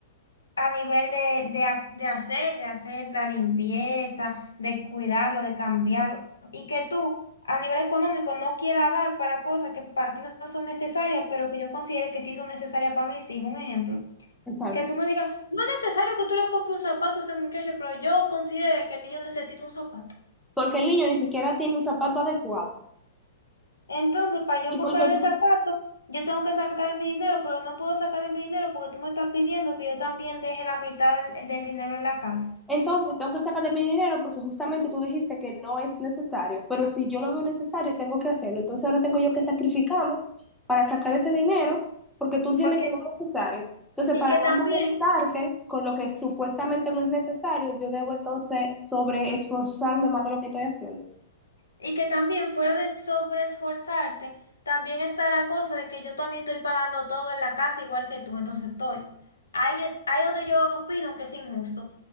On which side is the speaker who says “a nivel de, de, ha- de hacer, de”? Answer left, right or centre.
Left